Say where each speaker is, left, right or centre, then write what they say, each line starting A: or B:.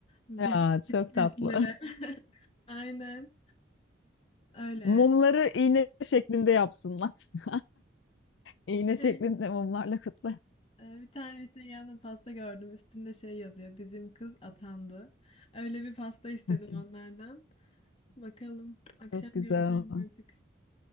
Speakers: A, on the left; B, on the left.
A: Bir
B: Ya
A: hafta
B: çok
A: içerisindeler.
B: tatlı.
A: <laughs> Aynen. Öyle
B: <laughs>
A: yani.
B: Mumları iğne şeklinde yapsınlar. <laughs> İğne şeklinde
A: Şey,
B: mumlarla kutla.
A: e, bir tane Instagram'da pasta gördüm. Üstünde şey yazıyor. Bizim kız atandı. Öyle bir pasta istedim
B: <laughs>
A: onlardan. Bakalım. Akşam
B: Çok güzel.
A: göreceğim artık.